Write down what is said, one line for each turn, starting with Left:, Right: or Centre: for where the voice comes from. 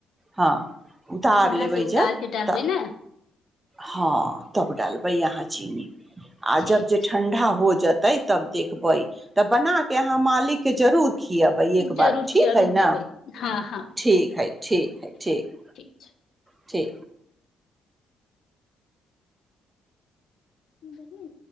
Right: हँ उतार
Left: चूल्हा
Right: लेबै
Left: से उतार
Right: जब
Left: के डालबै
Right: तऽ
Left: ने
Right: हँ तब डालबै अहाँ चीनी आ
Left: ठीक
Right: जब जे ठण्डा हो जेतै तब देखबै तऽ बना के अहाँ मालिक के जरूर खिबै
Left: छै,
Right: एक
Left: जरूर
Right: बार ठीक
Left: जरूर
Right: हइ न
Left: देबै हँ हँ
Right: ठीक हइ ठीक हइ ठीक
Left: <inaudible>
Right: छ
Left: ह बढ़